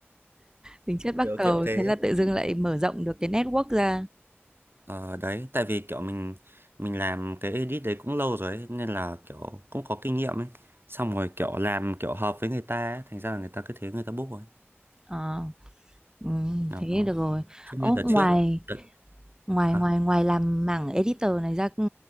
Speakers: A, on the right (about 15°); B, on the right (about 55°).
A: tính chất bắc
B: kiểu
A: cầu,
B: kiểu thế
A: thế là tự dưng lại mở rộng được cái network ra.
B: ờ, đấy tại vì kiểu mình mình làm cái edit đấy cũng lâu rồi ấy, nên là kiểu cũng có kinh nghiệm ấy xong rồi kiểu làm kiểu hợp với người ta ấy, thành ra là người ta cứ thế người ta book rồi
A: À, ừ,
B: đó
A: thế được rồi.
B: chứ như
A: Ố,
B: đợt
A: ngoài
B: trước đợt,
A: ngoài
B: hả?
A: ngoài ngoài làm mảng editor này ra ừ,